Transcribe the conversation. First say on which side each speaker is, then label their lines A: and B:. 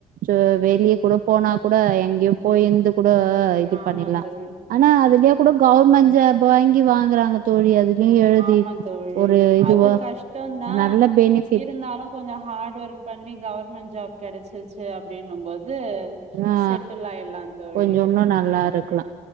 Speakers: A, on the right; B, on the right.
A: சு வெளிய கூட போனா கூட எங்க்யோ போயிருந்து கூட ரைட்டு
B: ஆமா
A: பண்ணிட்லா
B: தோழி
A: ஆனா அதுலே கூட கவுவர்மெண்ட் ஜாப் வாங்கி வாங்குறாங்க தோழி அதுலயு எழுதி
B: ஆமா தோழி
A: ஒரு இதுவா
B: அது கஷ்டந்தா
A: நல்ல பெனிஃப்
B: இருந்தாலு கொஞ்சோ ஹார்ட் ஒர்க் பண்ணி கவர்மெண்ட் ஜாப் கெடைச்சிருச்சு அப்டின்னும் போது
A: ஆ
B: செட்டில் ஆயிட்லா தோழி
A: கொஞ்சோ இன்னு நல்லா
B: ம்
A: இருக்லா
B: ம்